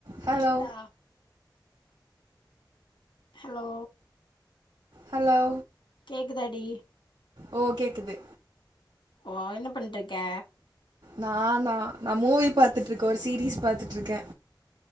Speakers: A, on the right; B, on the left.
A: Hello
B: கேக்குதா hello
A: hello
B: கேக்குதா டி
A: ஓ கேக்குது
B: ஓ என்ன பண்ட்டிருக்க
A: நானா நா மூவி பாத்துட்டு இருக்கே ஒரு சீரீஸ் பாத்துட்டு இருக்கே